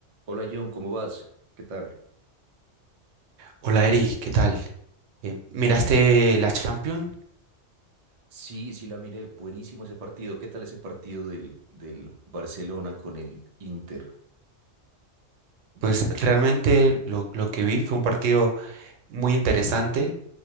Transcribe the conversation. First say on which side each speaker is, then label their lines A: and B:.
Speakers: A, on the right; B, on the right.
A: Hola John, ¿cómo vas? ¿Qué tal?
B: Hola Eri, ¿qué tal? Eh, ¿miraste la Champions?
A: Sí, sí la miré, buenísimo ese partido. ¿Qué tal ese partido del, del Barcelona con el Inter?
B: Pues realmente lo, lo que vi fue un partido muy interesante.